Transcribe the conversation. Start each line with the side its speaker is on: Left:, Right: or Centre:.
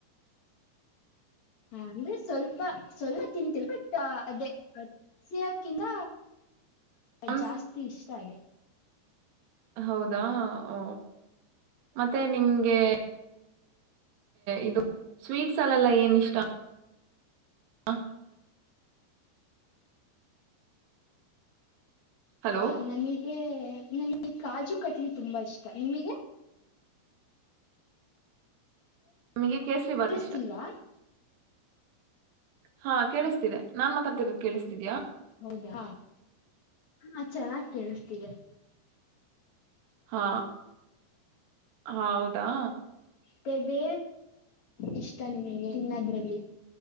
Left: ಹ ಅಂದ್ರೆ ಸ್ವಲ್ಪ ಸ್ವಲ್ಪ ತಿಂತೀವಿ ಬಟ್ ಅದೇ ಸಿಯಕಿಂದ
Right: ಮಾಂಸ
Left: ಜಾಸ್ತಿ ಇಷ್ಟ ಅದು.
Right: ಹೌದಾ ಓ ಮತ್ತೆ ನಿಮ್ಗೆ ಇದು ಸ್ವೀಟ್ಸ್ ಅಲ್ಲೆಲ್ಲ ಏನ್ ಇಷ್ಟ ಹಾ ಹಲೋ
Left: ಅಹ ನನಗೆ ನನಗೆ ಕಾಜು ಕಟ್ಲಿ ತುಂಬಾ ಇಷ್ಟ ನಿಮಗೆ
Right: ನನಗೆ ಕೇಸರಿ
Left: ಕೇಳಿಸ್ತಿಲ್ವಾ
Right: ಭಾತ್ ಇಷ್ಟ. ಹಾ ಕೇಳಿಸ್ತಿದೆ ನಾನ್ ಮಾತಾಡ್ತಿರೋದು ಕೇಳಿಸ್ತಿದೀಯಾ?
Left: ಹೌದಾ ಹ ಚೆನ್ನಾಗಿ ಕೇಳಿಸ್ತಿದೆ.
Right: ಹಾ ಹೌದಾ.
Left: ಬೇ ಬೇ ಇಷ್ಟ ನಿಮಗೆ ಇನ್ನದ್ರಲ್ಲಿ.